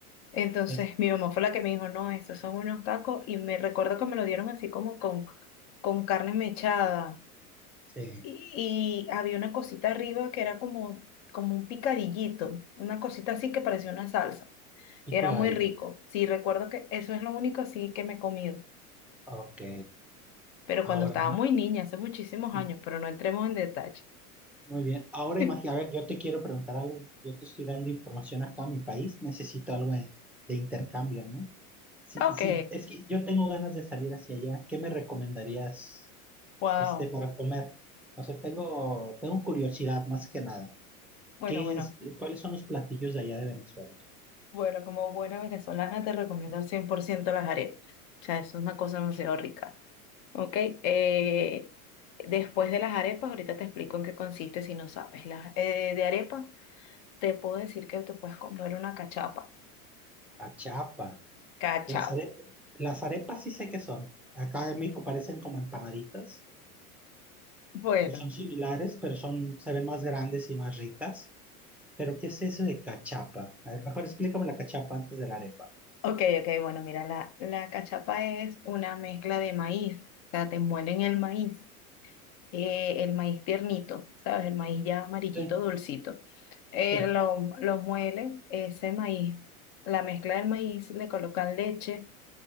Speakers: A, on the left; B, in the centre.
A: Entonces
B: Sí,
A: mi mamá fue la que me dijo, no, estos son unos tacos y me recuerdo que me lo dieron así como con, con carne mechada
B: Sí,
A: y, y había una cosita arriba que era como, como un picadillito, una cosita así que parecía una salsa.
B: pico
A: Era
B: de
A: muy
B: gallo.
A: rico. Sí, recuerdo que eso es lo único así que me he comido,
B: ok.
A: pero
B: Ahora,
A: cuando estaba
B: me-
A: muy niña, hace muchísimos
B: ujú,
A: años, pero no entremos en detalle.
B: muy bien. Ahora
A: <laughs>
B: imagina, a ver, yo te quiero preguntar algo. Yo te estoy dando información acá a mi país. Necesito algo de, de intercambio, ¿no? Sí,
A: Ok,
B: sí, es que yo tengo ganas de salir hacia allá. ¿Qué me recomendarías?
A: wow.
B: este, para comer. O sea, tengo, tengo curiosidad más que nada.
A: Bueno,
B: ¿Qué
A: bueno,
B: es, cuáles son los platillos de allá de Venezuela?
A: bueno, como buena venezolana te recomiendo al 100% las arepas. O sea, eso es una cosa demasiado rica. Ok, eh, después de las arepas, ahorita te explico en qué consiste si no sabes. Las, eh, de arepas, te puedo decir que te puedes comer una cachapa.
B: Achapa.
A: Cachapa.
B: Las arepas, las arepas sí sé qué son. Acá en México parecen como empanaditas.
A: Bueno,
B: Pues son similares, pero son, se ven más grandes y más ricas. Pero ¿qué es eso de cachapa? A ver, mejor explícame la cachapa antes de la arepa.
A: ok, ok, bueno, mira, la, la cachapa es una mezcla de maíz, o sea, te muelen el maíz, eh, el maíz tiernito, ¿sabes? El maíz ya amarillito,
B: Sí,
A: dulcito. Eh,
B: sí,
A: lo, lo muelen, ese maíz, la mezcla del maíz, le colocan leche,